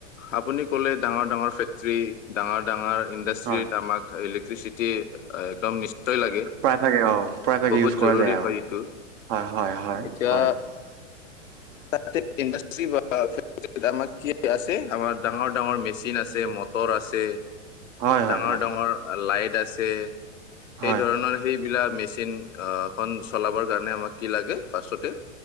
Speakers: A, on the left (about 85°); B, on the right (about 35°).
A: আপুনি ক'লেই, ডাঙৰ-ডাঙৰ ফেক্টৰী, ডাঙৰ-ডাঙৰ ইণ্ডাষ্ট্ৰীত
B: হয়
A: ইলেক্ট্ৰিচিটি আঁ নিশ্চয় লাগে।
B: প্ৰায় ভাগে অ'! প্ৰায়ভাগে
A: বহুত
B: ইউজ
A: জৰুৰী
B: কৰা যায় আৰু।
A: হয় এইটো
B: হয়, হয়, হয়,
A: এতিয়া
B: হয়। <inaudible>
A: তাতে ইণ্ডাষ্ট্ৰী বা <unintelligible> আমাৰ কি আছে? আমাৰ ডাঙৰ-ডাঙৰ মেচিন আছে, মটৰ আছে।
B: হয়, হয়!
A: ডাঙৰ-ডাঙৰ
B: হয়
A: লাইট আছে। সেই
B: হয়
A: ধৰণৰ, সেইবিলাক, মেচিনখন আঁ চলাবৰ কাৰণে, আমাক কি লাগে, ফাৰ্ষ্টতে?